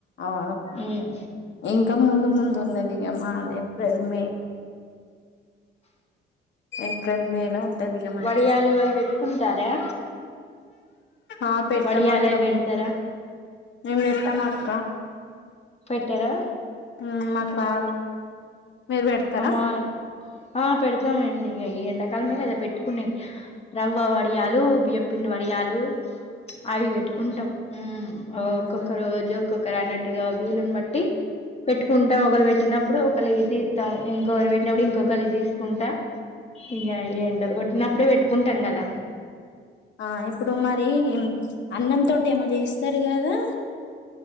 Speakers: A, on the left (about 65°); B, on the left (about 30°).
A: అవును
B: ఉమ్.
A: ఇంక ముందు ముందు ఉంది మాల్ ఏప్రిల్ మే ఏప్రిల్ మే ల ద్దదిగా మనకి
B: వడియాలు అవి పెట్టుకుంటారా
A: ఆ పెట్టం
B: వడియాలు
A: అక్క
B: అవి పెడతారా
A: మేము మేము పెట్టం అక్క
B: పెట్టరా
A: ఉమ్ మాక్ రాదు మీరు పెడతరా
B: అమ్మ ఆ పెడతం అన్ని ఇగ ఈ ఎండాకాలమే కదా పెట్టుకున్నయి రవ్వ వడియాలు బియ్యపిండి వడియాలు అవి పెట్టుకుంటాం ఉమ్ ఆ ఒక్కొక్క
A: ఉహు.
B: రోజు ఒక్కొకరు అన్నట్టుగా వీలుని బట్టి పెట్టుకుంటం ఒకళ్ళు పెట్టినప్పుడు ఒకళ్ళు ఇంకొకరు పెట్టినప్పుడు ఇంకొకలియి తీసుకుంటా ఇగ ఎండ కొట్టినప్పుడే పెట్టుకుంటం కదా
A: ఆ ఇప్పుడు మరి అన్నం తోటి ఏమో చేస్తారు కదా